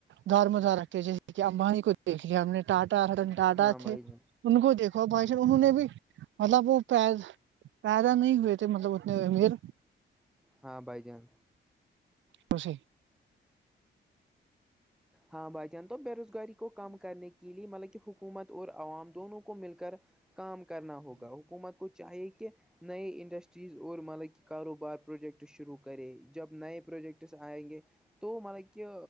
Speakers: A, on the right; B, in the centre.
A: دار مزار رکھتے جیسے کہ امبانی کو دیکھ لیا ہم نے ٹاٹا ٹاٹا
B: ہاں بھائی
A: تھے
B: جان
A: ان کو دیکھو بھائیش انہوں نے بھی مطلب وہ پ پیدا نہیں ہوئے تھے مطلب نہیں میر
B: ہاں بھائی جان
A: دوسے
B: ہاں بھائی جان تو بے روزگاری کو کم کرنے لیے مطلب کہ حکومت اور عوام دونوں کو مل کر کام کرنا ہوگا حکومت کو چاہیے کہ نئے انڈسٹریز اور ملا کی کاروبار پروجیکٹس شروع کرے جب نئے پروجیکٹس آئیں گے تو مطلب کہ